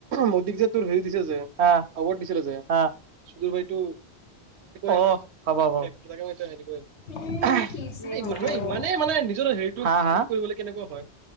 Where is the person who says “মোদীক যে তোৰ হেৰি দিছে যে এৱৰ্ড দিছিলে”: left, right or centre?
Right